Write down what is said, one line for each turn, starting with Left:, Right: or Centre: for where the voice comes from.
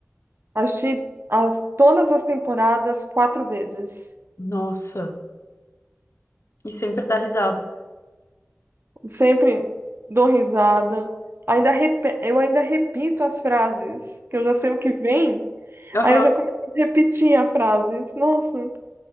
Right: Assisti as, todas as temporadas quatro vezes.
Left: Nossa, e sempre dá risada.
Right: Sempre dou risada. Ainda repe- Eu ainda repito as frases, que eu já sei o que vem.
Left: Aham.
Right: Aí eu já começo a repetir a frase. Nossa.